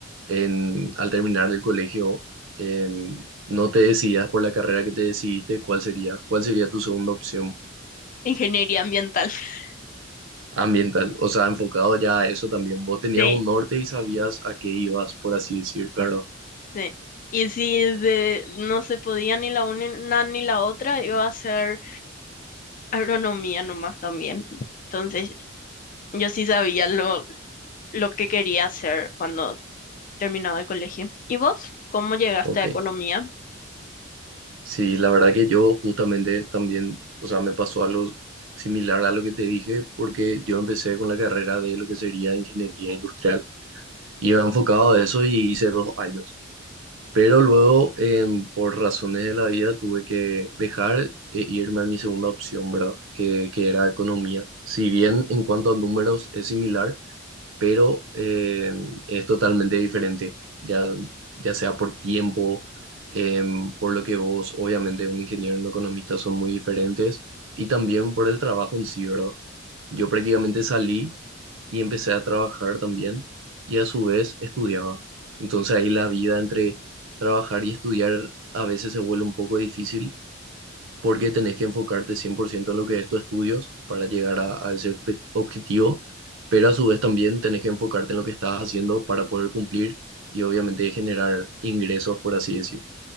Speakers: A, on the right (about 75°); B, on the left (about 40°).
A: en, al terminar el colegio, en- no te decidas por la carrera que te decidiste, ¿cuál sería? ¿Cuál sería tu segunda opción
B: ingeniería ambiental. <laughs>
A: ambiental? O sea, enfocado ya a eso también. Vos tenías
B: Sí,
A: un norte y sabías a qué ibas, por así decir, ¿verdad?
B: sí. Y si de- no se podía ni la una ni la otra, iba a ser agronomía nomás también. Entonces, yo sí sabía lo, lo que quería hacer cuando terminaba el colegio. ¿Y vos? ¿Cómo llegaste
A: Ok.
B: a economía?
A: Sí, la verdad que yo justamente también, o sea, me pasó algo similar a lo que te dije, porque yo empecé con la carrera de lo que sería ingeniería industrial. Iba enfocado a eso y hice dos años. Pero luego, em, por razones de la vida, tuve que dejar e irme a mi segunda opción, ¿verdad? Que, que era economía. Si bien en cuanto a números es similar, pero eh, es totalmente diferente, ya, ya sea por tiempo, em, por lo que vos, obviamente, un ingeniero y un economista son muy diferentes, y también por el trabajo en sí, ¿verdad? Yo prácticamente salí y empecé a trabajar también, y a su vez estudiaba. Entonces ahí la vida entre trabajar y estudiar a veces se vuelve un poco difícil porque tenés que enfocarte 100% en lo que es tus estudios para llegar a, a ese obje- objetivo, pero a su vez también tenés que enfocarte en lo que estás haciendo para poder cumplir y obviamente generar ingresos, por así decir.